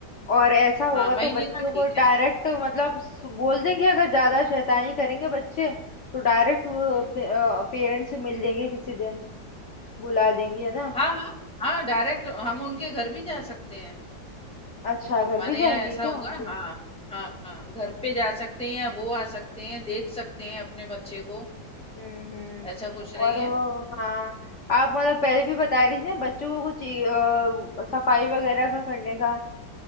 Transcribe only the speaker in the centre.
हाँ
महीने
का ठीक
है
हम्म
हाँ हाँ हाँ डायरेक्ट हम उनके घर भी जा सकते हैं
हमारे
यहाँ
ऐसा
होगा
हाँ हाँ हाँ घर पे जा सकते हैं या वो आ सकते हैं देख सकते हैं अपने बच्चे को
ऐसा कुछ नहीं
है